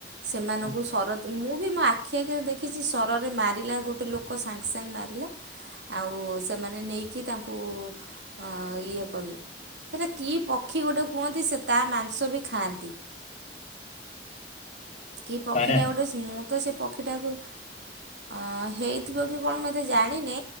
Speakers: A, on the right; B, on the left.
A: ସେମାନଙ୍କୁ
B: ହୁଁ
A: ସର ମୁଁ ବି ମୋ ଆଖି ଆଖିରେ ଦେଖିଛି ସରରେ ମାରିଲା ଗୋଟେ ଲୋକ ସାଙ୍ଗେ ସାଙ୍ଗେ ମାର ହେଲା ଆଉ ସେମାନେ ନେଇକି ତାଙ୍କୁ ଅ ଇଏ ସେଇଟା କି ପକ୍ଷୀ ଗୋଟେ କୁହନ୍ତି ସେ ତା ମାଂସ ବି ଖାଆନ୍ତି।
B: <inaudible>
A: କି ପକ୍ଷୀ
B: ପାରା
A: ଟା ଗୋଟେ ସ୍ମୁଥ ତ ସେ ପକ୍ଷୀଟାକୁ ହଁ ହେଇଥିବ କି କଣ ଏତେ ଜାଣିନି।